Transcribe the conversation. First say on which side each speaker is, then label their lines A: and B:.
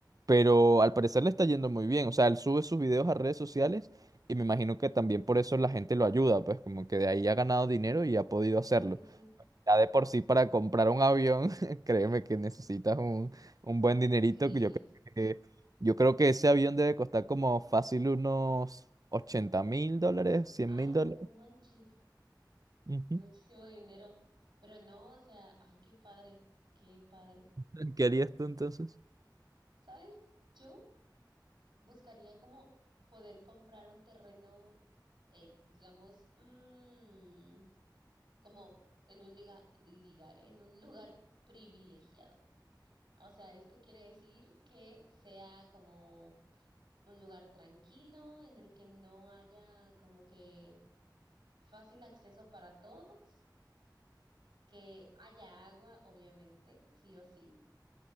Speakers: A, on the right (about 50°); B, on the right (about 80°).
A: Pero al parecer le está yendo muy bien. O sea, él sube sus videos a redes sociales y me imagino que también por eso la gente lo ayuda, pues como que de ahí ha ganado dinero y ha podido hacerlo.
B: sí. sí
A: Ya de por sí para comprar un avión, <laughs> créeme que necesitas un, un buen dinerito.
B: sí
A: que Yo creo que, yo creo que ese avión debe costar como fácil unos ochenta mil dólares, cien
B: Ay,
A: mil
B: no
A: dólares.
B: manches.
A: Ujú.
B: Muchísimo dinero. Pero no, o sea, ay, qué padre. Qué padre.
A: <laughs> ¿Qué harías tú entonces?
B: ¿Sabes? Yo buscaría como poder comprar un terreno, eh, digamos, mm, como en un liga, ligar, ¿eh? en un lugar privilegiado. O sea, esto quiere decir que sea como un lugar tranquilo en el que no haya como que fácil acceso para todos, que haya agua, obviamente, sí o sí.